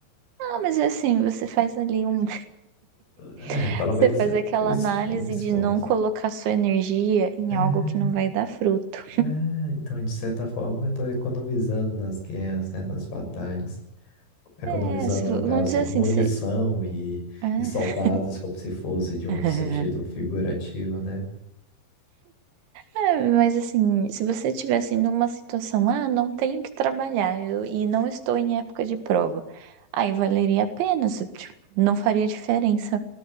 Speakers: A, on the right; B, on the left.
A: Não, mas é assim, você faz ali um,
B: É,
A: <laughs>
B: pelo
A: você
B: menos
A: faz
B: eu
A: aquela
B: es-
A: análise
B: não me esforço.
A: de não colocar sua energia em
B: É,
A: algo que não vai dar fruto.
B: é, então, de certa forma, eu tô economizando nas guerras, né, nas batalhas. Economizando,
A: É, se, vo-
B: no caso,
A: vamos dizer assim,
B: munição
A: você,
B: e,
A: é.
B: e soldados, como se fosse de um
A: <laughs>
B: sentido figurativo, né?
A: É, mas assim, se você estivesse numa situação, ah, não tenho que trabalhar eu- e não estou em época de prova, aí valeria a pena, se, tipo, não faria diferença